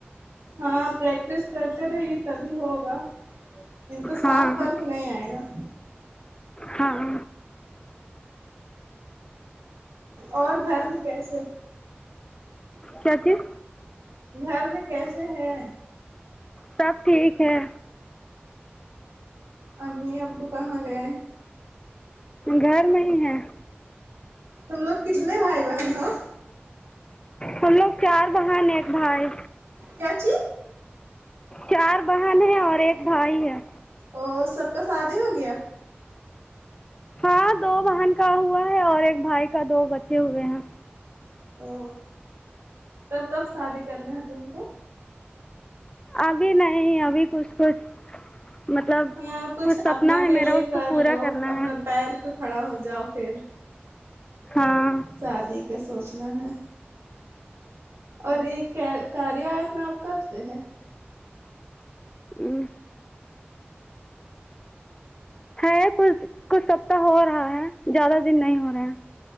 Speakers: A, on the right; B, on the left.
A: ہاں پریکٹس کرتے رہیے تبھی ہوگا ان تو صاف
B: ہاں
A: فرق نہیں آئے گا
B: ہاں
A: اور گھر میں کیسے
B: کیا چیز
A: گھر میں کیسے ہیں
B: سب ٹھیک ہے
A: امی ابو کہاں گئے
B: گھر میں ہی ہیں
A: تم لوگ کتنے بھائی بہن ہو
B: ہم لوگ چار بہن ایک بھائی
A: کیا چی
B: چار بہن ہیں اور ایک بھائی ہیں
A: اور سب کا شادی ہو گیا
B: ہاں دو بہن کا ہوا ہے اور ایک بھائی کا دو بچے ہوئے ہیں
A: او تب کب شادی کرنا ہے تم کو
B: ابھی نہیں ابھی کچھ کچھ مطلب
A: ہاں
B: کچھ سپنا
A: اپنا کے
B: ہے
A: لیے
B: میرا اس
A: کر
B: کو پورا
A: لو
B: کرنا
A: اپنا
B: ہے
A: پیر پے کھڑا ہو جاؤ پھر
B: ہاں
A: شادی کا سوچنا ہے اور یہ کا کاریا ایپ میں آپ کب سے ہے
B: ہوں ہے کچھ کچھ ہفتہ ہو رہا ہے زیادہ دن نہیں ہو رہا ہے